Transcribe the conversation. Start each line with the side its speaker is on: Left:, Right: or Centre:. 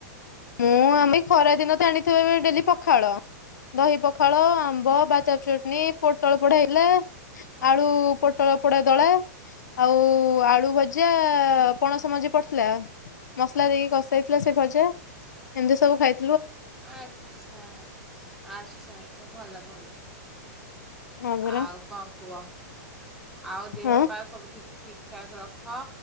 Left: ମୁଁ ଆମେ ଖରା ଦିନ ତ ଆଣି ଥିବାବେଳେ ଡେଲି ପଖାଳ। ଦହି ପଖାଳ ଆମ୍ବ ବାଜାବ୍ ଚଟନି ପୋଟଳ ପୋଡା ହେଇଥିଲା। ଆଳୁ ପୋଟଳ ପୋଡା ଦଳା ଆଉ ଆଳୁ ଭଜା ପଣସ ମଞ୍ଜି ପଡିଥିଲା। ମସଲା ଦେଇକି କଷାଇଥିଲା ସେ ଭଜା। ଏମତି ସବୁ ଖାଇ
Centre: ଆଚ୍ଛା ଆଚ୍ଛା। ଛ ଭଲ ଭଲ।
Left: ହଁ ପରା
Centre: ଆଉ କଣ କୁହ ଆଉ ଦେହ
Left: ହଁ
Centre: ପା ସବୁ ଠିକ୍ ଠିକ୍ ଠାକ୍ ରଖ।